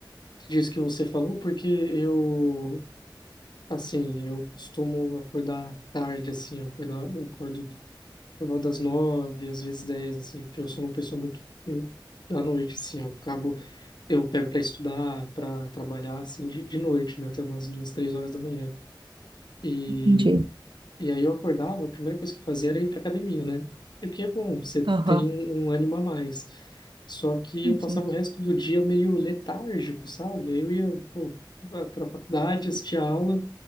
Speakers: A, on the left; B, on the right.
A: disso que você falou, porque eu, assim, eu costumo acordar tarde, assim, eu acordo, eu acordo por volta das nove, às vezes dez, assim, porque eu sou uma pessoa muito muito da noite, assim, eu acabo, eu pego para estudar, para trabalhar, assim, de, de noite, né, até umas duas, três horas da manhã. e
B: Entendi.
A: E aí eu acordava, a primeira coisa que eu fazia era ir para academia, né? E O que é bom, você
B: Aham,
A: tem um, um ânimo a mais. Só que
B: entendi.
A: eu passava o resto do dia meio letárgico, sabe? Aí Eu ia, pô, para faculdade, assistia aula,